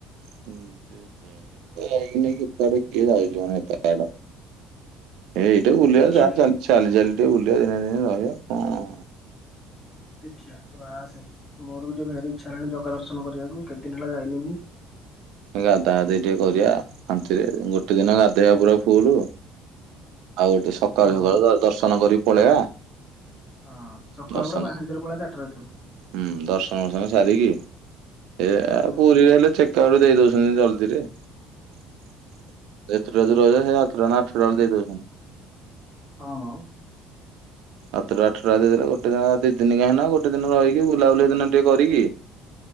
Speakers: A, on the right; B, on the left.
A: <unintelligible> ଏ ଏଇଟା ବୁଲିବା
B: ଦେଖିଆ
A: ଯାହା ଚାଲି ଚାଲି ଟେ ବୁଲିବା ଦିନେ ଦିନେ ରହିବା କଣ।
B: ଦେଖିବା ଆସ ମୋର ବି ଟିକେ ଭାରି ଇଚ୍ଛା ହେଲାଣି ଜଗା ଦର୍ଶନ କରିବାକୁ କେତେ ଦିନ ହେଲା ଯାଇନି ମୁଁ।
A: ଗା ଧା ଗା ଧା ଦି ଟିକେ କରିବା ଶାନ୍ତିରେ ଗୋଟେ ଦିନ ଗାଧୋଇବା ପୁରା ଫୁଲ୍। ଆଉ ଗୋଟେ ସକାଳୁ
B: ହଁ।
A: ସକାଳୁ ଦର୍ଶନ କରିକି ପଳେଇବା
B: ହଁ ସଖାଳୁ
A: ଦର୍ଶନ
B: ପୁରା ପାହାନ୍ତି ରୁ ପଳେଇବା ଚାରିଟା ରାତିରୁ।
A: ହୁଁ ଦର୍ଶନ ଦର୍ଶନ ସାରିକି ଏ ଏ ଆଉ
B: ହୁଁ
A: ପୁରୀରେ ହେଲେ ଚେକ୍ <unintelligible> ଦେଇ ଦଉଛନ୍ତି ଜଲଦିରେ <unintelligible> ରଜ ସେ ସାତଟ ନା ଆଠ ଟଡର ଦେଇଦଉଚନ୍ତି।
B: ହଁ ହଁ।
A: ସାତଟା ଆଠଟା ଦେଇଦେ ଗଟେ ଦିନ ଦି ଦିନ କାହିଁକ ନା ଗୋଟେ ଦିନ ରହିକି ବୁଲାବୁଲି ଦିନ ଟିକେ କରିକି